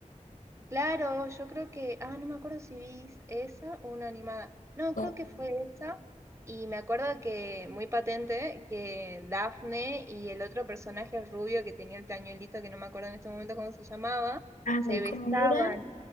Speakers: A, on the right (about 20°); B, on the left (about 80°).
A: claro, yo creo que, ah, no me acuerdo si vi esa o una animada. No, creo
B: Oh,
A: que fue esa. Y me acuerdo que, muy patente, que Daphne y el otro personaje rubio que tenía el pañuelito, que no me acuerdo en este momento cómo se llamaba,
B: ay,
A: se besaban.
B: ¿cómo era?